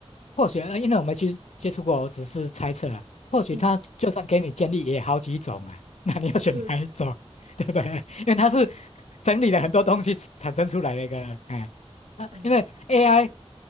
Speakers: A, on the left; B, on the right.
A: 或许，呃因为我没去接触过，我只是猜测了。或许他就算给你建议也好几种啊，
B: 嗯，
A: <laughs> 那你要选哪一种，
B: 就
A: <laughs> 对不对？因为它是整理了很多东西产生出来的一个，哎，啊，
B: 嗯，
A: 因为 AI